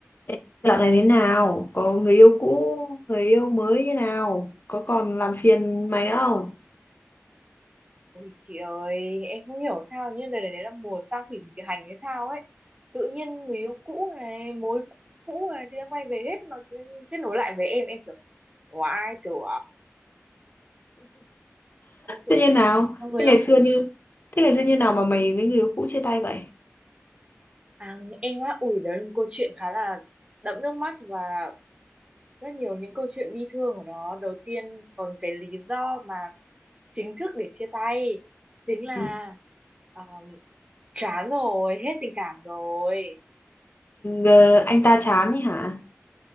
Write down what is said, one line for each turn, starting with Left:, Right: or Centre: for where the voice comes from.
Left: Ê, Dạo này thế nào? Có người yêu cũ, người yêu mới như nào? Có còn làm phiền mày nữa không?
Right: Ôi chị ơi, em không hiểu sao nhưng đời này là mùa sao thủy nghịch hành hay sao ấy. Tự nhiên người yêu cũ này, mối cũ này, tự nhiên quay về hết nó kết nối lại với em, em kiểu oai trưởng. Em Tự,
Left: Thế như nào?
Right: người
Left: Thế
Right: yêu
Left: ngày xưa
Right: cũ
Left: như thế ngày xưa như nào mà mày với người yêu cũ chia tay vậy?
Right: à, em á, ui đấy là một câu chuyện khá là đẫm nước mắt và rất nhiều những câu chuyện bi thương ở đó. Đầu tiên còn cái lý do mà chính thức để chia tay chính là
Left: Ừ,
Right: ờ, chán rồi, hết tình cảm rồi.
Left: ờ, anh ta chán ấy hả?